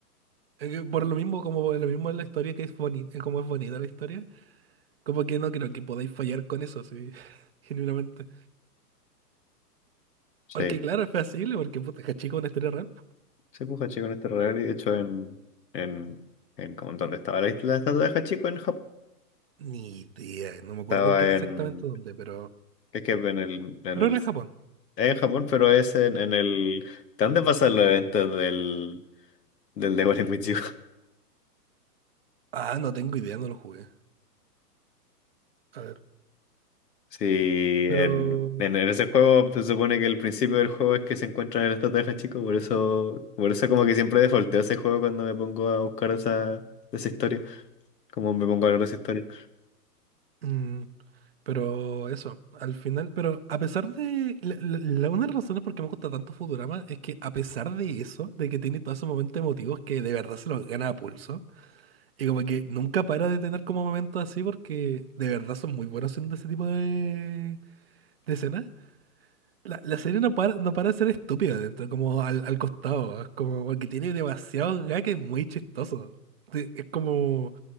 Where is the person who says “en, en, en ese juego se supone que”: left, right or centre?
Left